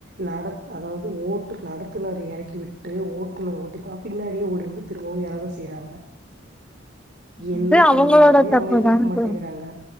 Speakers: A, on the right; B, in the centre.
A: நடத் அதாவது ஓட்டு நடத்துனர் இறக்கி விட்டு ஓட்டுனர் ஓட்டிபா பின்னாடியே ஓடி வந்து திரும்பவும் யார தா செய்றாங்க என்ன
B: இது அவங்களோட
A: பண்ணாலுமே
B: தப்புதான
A: அவங்க கேக்க மாட்டேங்கிறாங்க
B: ச